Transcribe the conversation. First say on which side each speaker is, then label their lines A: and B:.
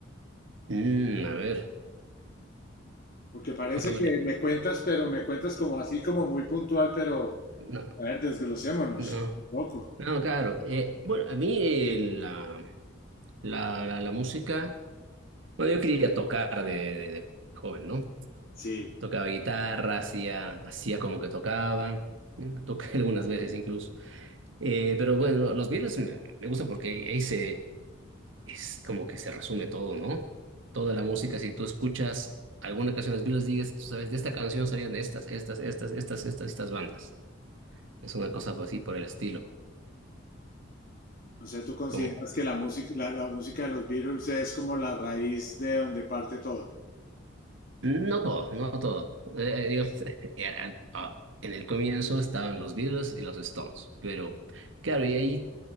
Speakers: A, on the right (about 80°); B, on the left (about 50°).
A: Mm, a ver.
B: Porque parece
A: Bueno,
B: que me cuentas, pero me cuentas como así, como muy puntual, pero
A: no,
B: a ver, desglosémonos
A: no.
B: un poco.
A: No, claro. eh, bueno, a mí eh, la, la, la, la música, bueno, yo quería tocar de, de- de joven, ¿no?
B: Sí,
A: Tocaba guitarra, hacía, hacía como que tocaba, ¿eh? toqué <laughs> algunas veces incluso. Eh, pero bueno, los Beatles me, me gusta porque ahí se, es como que se resume todo, ¿no? Toda la música, si tú escuchas alguna canción de los Beatles, digas, tú sabes, de esta canción salieron estas, estas, estas, estas, estas, estas bandas. Es una cosa así por el estilo.
B: o sea, tú consideras
A: Como,
B: que la música, la, la música de los Beatles es como la raíz de donde parte todo.
A: No todo, no todo. Eh, digo, <laughs> eran- ah, en el comienzo estaban los Beatles y los Stones, pero claro, y ahí